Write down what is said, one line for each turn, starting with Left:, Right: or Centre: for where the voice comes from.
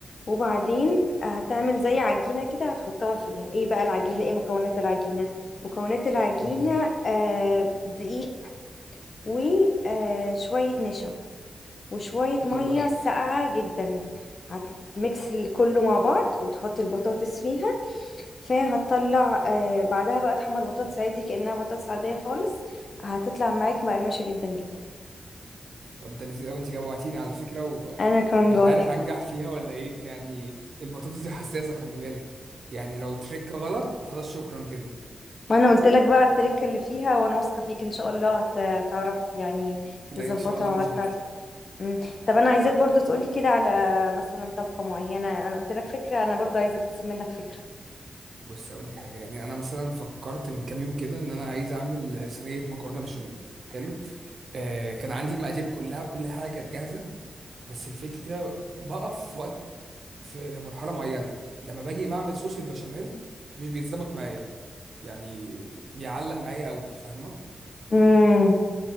Left: وبعدين هتعمل زي عجينه كده هتحطها فيها ايه بقى العجينه ايه مكونات العجينه مكونات العجينه
Right: <laughs> ايه هي
Left: آه دقيق وشويه نشا وشويه ميه
Right: حلو قوي
Left: ساقعه جدا هتميكس ال- كله مع بعض وتحط البطاطس فيها فهتطلع آه بعدها بقى تحمر بطاطس عادي كأنها بطاطس عادية خالص هتطلع معاك مقرمشة جدا جدا
Right: طب ده لذيذ قوي انت جوعتيني على فكره ومش
Left: انا كان جوعت
Right: عارف هنجح فيها ولا ايه يعني البطاطس دي حساسه خلي بالك يعني لو تريك غلط خلاص شكرا كده
Left: ما انا قلت لك بقى التركه اللي فيها وانا واثقه فيك ان شاء الله هت- هتعرف يعني
Right: لا
Left: تظبطها
Right: ان شاء الله نظبطها
Left: وهتعرف مم. طب انا عايزاك برضو تقولي كده على مثلا طبخه معينه انا قلت لك فكره انا برضو عايزاك تسيب منك فكره
Right: بصي اقول لك حاجه يعني انا مثلا فكرت من كام يوم كده ان انا عايز اعمل صينيه مكرونه بشاميل حلو آه كان عندي المقادير كلها وكل حاجه كانت جاهزه بس الفكره بقف في وقت في مرحله معينه لما باجي بعمل صوص البشاميل مش بيتظبط معايا يعني بيعلق معايا قوي فاهمه
Left: امم